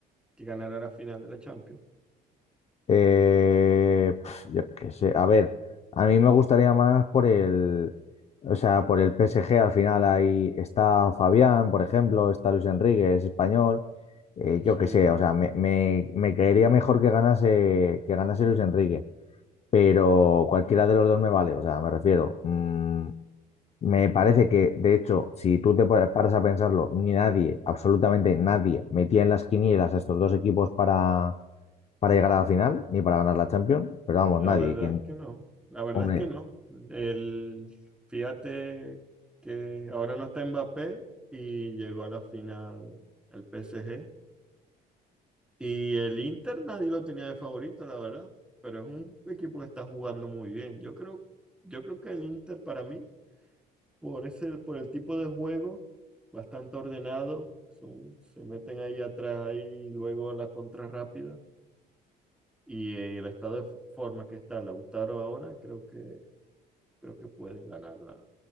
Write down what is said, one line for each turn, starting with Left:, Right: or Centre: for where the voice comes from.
Centre: que ganará la final de la Champions?
Left: Eh, pf, yo qué sé. A ver, a mí me gustaría más por el, o sea, por el PSG. Al final ahí está Fabián, por ejemplo, está Luis Enrique, es español. Eh,
Centre: Sí,
Left: yo qué sé, o sea, me, me, me caería mejor que ganase, que ganase Luis Enrique. Pero cualquiera de los dos me vale. O sea, me refiero. mm, Me parece que, de hecho, si tú te pa- paras a pensarlo, ni nadie, absolutamente nadie, metía en las quinielas a estos dos equipos para, para llegar a la final, ni para ganar la Champions, pero vamos,
Centre: la
Left: nadie.
Centre: verdad
Left: Quien,
Centre: es que no. La verdad
Left: hombre,
Centre: es que no. El, fíjate que ahora no está Mbappé y llegó a la final el PSG. Y el Inter nadie lo tenía de favorito, la verdad. Pero es un equipo que está jugando muy bien. Yo creo, yo creo que el Inter para mí Por ese, por el tipo de juego, bastante ordenado, son- se meten ahí atrás, ahí luego la contra rápida. Y eh, el estado de f- forma que está Lautaro ahora, creo que, creo que pueden ganar la,